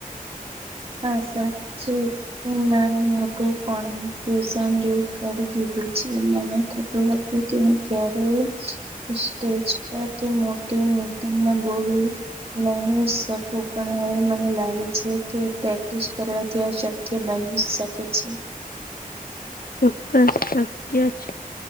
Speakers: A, on the right; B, on the left.
A: હા, સાચે. તમે મારું મોટું કોનફ્યુઝન દૂર કરી દીધું છે. મને થતું હોય તું કે હું ક્યારેય સ્ટેજ પર કે મોટી મીટિંગમાં બોલવું નહીં શકું. પણ હવે મને લાગે છે કે પ્રેક્ટિસ કરવાથી આ શક્ય બની શકે છે.
B: ચોક્કસ શક્ય છ.